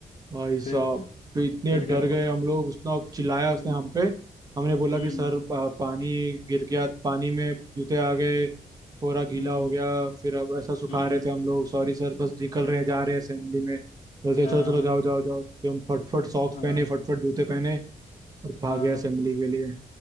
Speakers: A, on the right; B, on the left.
A: भाई साहब
B: फिर
A: तो इतने
B: फिर
A: डर
B: क्या हुआ
A: गए हम लोग उसने चिल्लाया
B: हम्म
A: उसने हम पे हमने बोला
B: हम्म
A: कि सर पा- पानी गिर गया पानी में जूते आ गए पूरा गीला
B: हम्म
A: हो गया फिर अब ऐसा सुखा
B: हम्म
A: रहे थे हम लोग सॉरी सर बस निकल रहे
B: हम्म,
A: हैं जा रहे हैं असेंबली में बोलते चलो
B: हाँ
A: चलो जाओ जाओ जाओ फिर हम फटफट सॉक्स
B: हाँ
A: पहने फटफट जूते पहने और भागे
B: हाँ
A: असेंबली के लिए